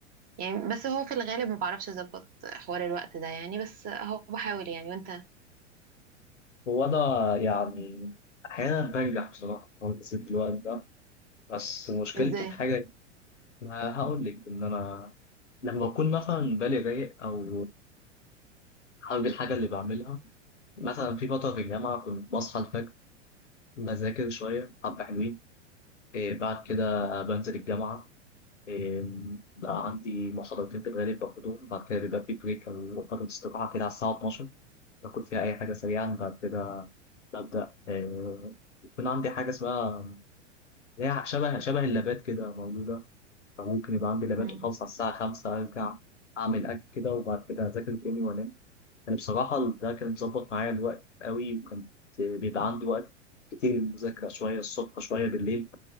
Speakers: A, on the right (about 25°); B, on the left (about 80°).
A: يعني بس هو في الغالب ما بعرفش اظبط حوار الوقت ده يعني بس هو بحاول يعني وانت
B: وانا يعني احيانا بنجح بصراحه في تنظيم الوقت ده بس مشكلتي
A: ازاي
B: في حاجه ما هقول لك ان انا لما اكون مثلا بالي رايق او حابب الحاجه اللي بعملها مثلا في فتره في الجامعه كنت بصحى الفجر بذاكر شويه حبه حلوين إيه بعد كده بنزل الجامعه إيه بقى عندي محاضرتين في الغالب باخدهم بعد كده بيبقى في بريك او فتره استراحه كده على الساعه 12 باكل فيها اي حاجه سريعا بعد كده ببدأ آه، يكون عندي حاجة اسمها اللي هي شبه شبه اللابات كده موجودة فممكن يبقى عندي لابات
A: <laughs> مم.
B: وخلص على الساعة خمسة أرجع أعمل أكل كده وبعد كده أذاكر تاني وأنام يعني بصراحة ده كان مظبط معايا الوقت قوي وكان بيبقى عندي وقت كتير للمذاكرة شوية الصبح شوية بالليل